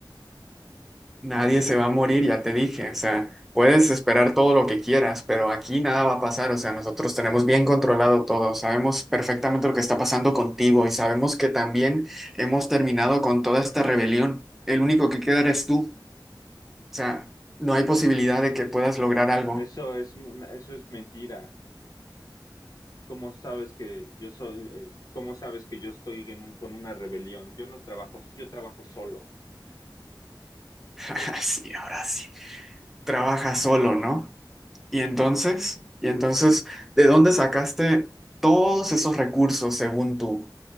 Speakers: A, in the centre; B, on the left (about 50°).
A: Nadie se va a morir, ya te dije. O sea, puedes esperar todo lo que quieras, pero aquí nada va a pasar. O sea, nosotros tenemos bien controlado todo. Sabemos perfectamente lo que está pasando contigo y sabemos que también hemos terminado con toda esta rebelión. El único que queda eres tú. O sea, no hay posibilidad de que puedas lograr algo.
B: Eso es, una- eso es mentira. ¿Cómo sabes que yo soy, eh, cómo sabes que yo estoy en un- con una rebelión? Yo no trabajo, yo trabajo solo.
A: <laughs> Sí, ahora sí. Trabaja solo, ¿no? Y entonces, y entonces, ¿de dónde sacaste todos esos recursos según tú? O